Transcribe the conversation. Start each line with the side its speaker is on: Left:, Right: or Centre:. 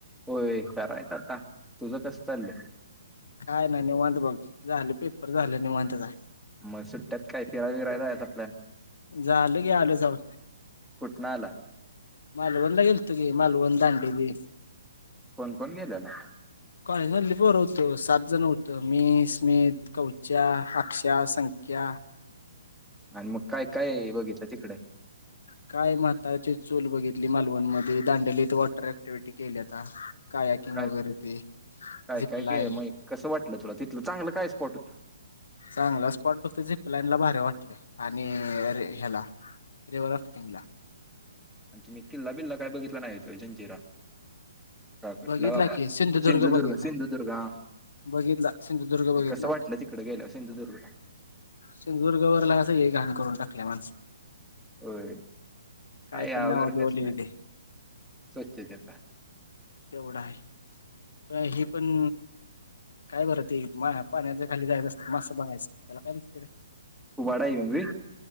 Centre: होय करायच आता तुझं कस चाललंय
Left: काय नाही निवांत बघ झालं पेपर झालं निवांत जा
Centre: मग सुट्ट्यात काय फिराय बीरायला जायचा प्लान
Left: झाल की आलो जाऊ
Centre: कुठं आला
Left: मालवन ला गेलतो की दांडेली
Centre: कोण कोण गेलेला..
Left: कॉलेजमधली पोर होतो सात जण होतो मी स्मित कवच्या अक्षय संख्या..
Centre: आणि मग काय काय बघितलं तिकडं..
Left: काय म्हातारीची चूल बघितली मालवण मधे दांडलीत वॉटर ऍक्टिव्हिटी केल्यात.. कायाकिंग
Centre: काय
Left: वगैरे ते
Centre: काय
Left: झिपलाईन...
Centre: काय काय मग कसं वाटलं तुला तिथलं चांगलं काय स्पॉट होता...
Left: चांगला स्पॉट फक्त झिपलान ला भरी वाटल आणि ह्याला... रिवार क्राफ्टिंगला...
Centre: आणि तुम्ही किल्ला बिल्ला काय बघितला नाही होते जंजिरा... च कटला
Left: बघितला
Centre: बाबा
Left: की
Centre: सिंधुदुर्ग
Left: बघितला
Centre: सिंधुदुर्ग हा...
Left: बघितला सिंधुदुर्ग बघितला
Centre: मग कसं वाटलं तिकड गेलं सिंधुदुर्गला....
Left: सिंधुदुर्गवर सगळी घाण करून टाकल्या माणसांनी...
Centre: होय
Left: काय
Centre: का
Left: पण
Centre: अवेअरनेस
Left: नाव बिव लिहिली
Centre: नाही
Left: ते
Centre: स्वच्छतेचा....
Left: तेवढा आहे हे पण... काय बरं ते पाण्याच खाली जायच असतं मस्सं बघायचं त्याला काय म्हणतात रे.....
Centre: खू वाडायई री...